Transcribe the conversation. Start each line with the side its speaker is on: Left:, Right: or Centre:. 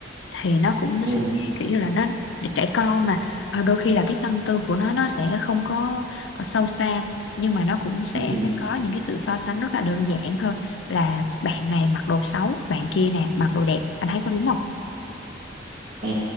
Left: thì nó cũng
Right: ừ
Left: sẽ kiểu như là nó để trẻ con mà ờ, đôi khi là cái tâm tư của nó nó sẽ không có ờ, sâu xa nhưng mà nó cũng sẽ
Right: ừ
Left: có những cái sự so sánh rất là đơn giản thôi là bạn này mặc đồ xấu bạn kia nè mặc đồ đẹp anh thấy có đúng không
Right: ừ